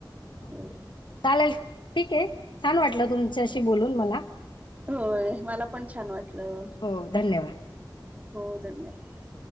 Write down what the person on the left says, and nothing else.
चालेल
ठीक आहे छान वाटलं तुमच्याशी बोलून मला
हो धन्यवाद